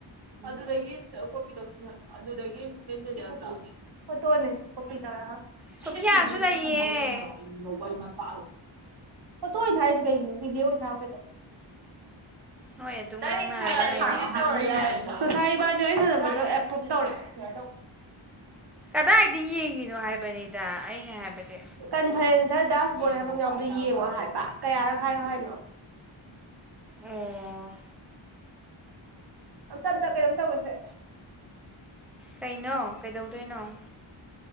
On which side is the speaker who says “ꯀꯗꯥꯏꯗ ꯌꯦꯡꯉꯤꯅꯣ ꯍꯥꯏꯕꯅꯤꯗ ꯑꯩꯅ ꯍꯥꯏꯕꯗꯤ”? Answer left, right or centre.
Centre